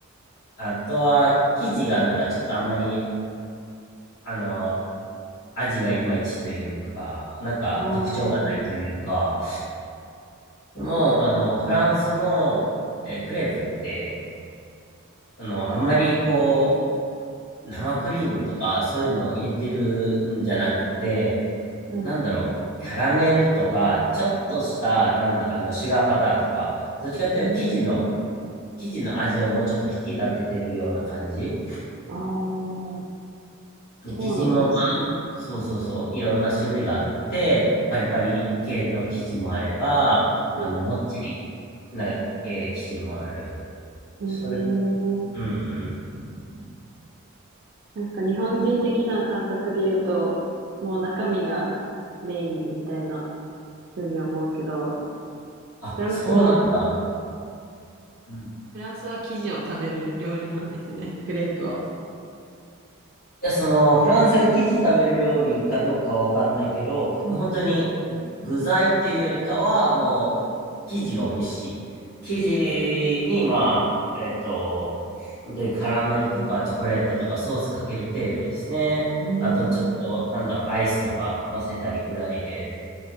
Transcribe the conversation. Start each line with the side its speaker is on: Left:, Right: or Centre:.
Left: あとは生地がなんかちょっとあんまり、あの、味がいまいちというか、なんか特徴がないというか、
Right: ああ。は
Left: でも、あの、フランスの、えークレープって、あの、あんまりこう、生クリームとかそういうのを入れてるんじゃなくて、
Right: い。
Left: なんだろう、キャラメルとか、ちょっとした、なんだ、あの、シュガーパターとか、どっちかっていうと生地の、
Right: うん。
Left: 生地の味をもうちょっと引き立ててるような感じ。
Right: ああ。そ
Left: で、
Right: うなんですね。
Left: 生地も、そうそうそう、いろんな種類があって、パリパリ系の生地もあれば、
Right: は
Left: あの、もっちりな、えー生地もある。
Right: い。
Left: それ、
Right: ええ
Left: うんうん。
Right: なんか日本人的な感覚で言うと、もう中身がメインみたいな風に思うけど、
Left: あ、
Right: フランスは、
Left: そうなんだ。うん
Right: フランスは生地を食べる料理なんですね、クレープは。
Left: いや、その、フランスが生地食べる料理かどうかわかんないけど、
Right: うん、
Left: 本当に具材っていうよりかは、もう、生地が美味しい。生地に、まあ、えっと、本当にカラメルとかチョコレートとかソースかける程度ですね。
Right: うーん、
Left: あと、ちょっと、なんだろう、アイスとか乗せたりぐらいで、